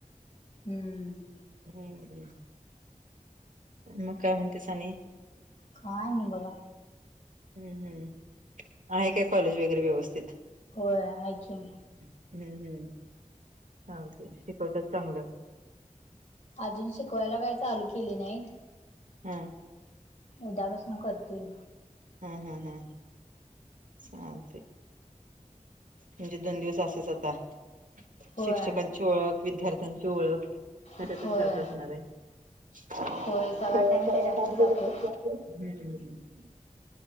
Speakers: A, on the left; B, on the right.
A: हम्म
B: हम्म मग काय म्हणते स आणि
A: काय नाही बघा.
B: हम्म हम्. आहे काय कॉलेज वगैरे व्यवस्थित?
A: होय, हाय की.
B: हम्म हम्म. चालते शिकवतात चांगल.
A: अजून शिकवायला काय चालू केले नाहीत.
B: हां
A: उद्यापासून करतील.
B: हम्म हम्म हम् चालतेय. म्हणजे दोन दिवस असेच आता.
A: होय
B: शिक्षकांची ओळख विद्यार्थ्यांची ओळख त्याच्यातच
A: होय
B: जात असणार आहे. <unintelligible>
A: होय सगळा टाइम त्याच्यातच जातो